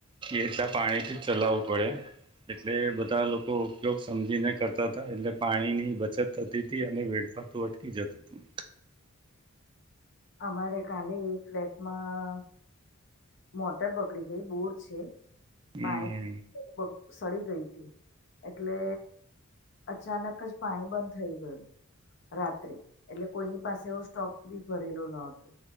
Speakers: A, on the right; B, on the left.
A: એટલા પાણી થી જ ચલાવવું પડે એટલે બધા લોકો ઉપયોગ સમજીને કરતા હતા એટલે પાણી ની બચત થતી હતી અને વેડ વેટફા તુ અટકી જતું તું
B: અમારે કાલે એક ફ્લેટમાં મોટર બગડી ગઈ બોર છે
A: હમ
B: પાણી
A: હુ
B: સડી ગઈ હતી એટલે અચાનક જ પાણી બંધ થઈ ગયું રાત્રે એટલે કોઈની પાસે એવો સ્ટોક બી ભરેલો ન હતો